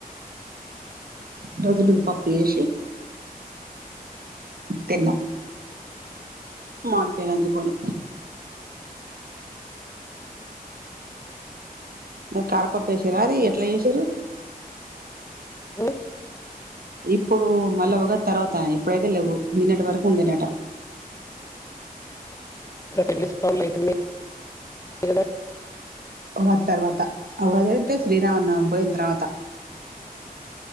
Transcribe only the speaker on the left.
ఆఓ
ఇక్క పెట్లిస్తళ్ళ అవుతుంది కదా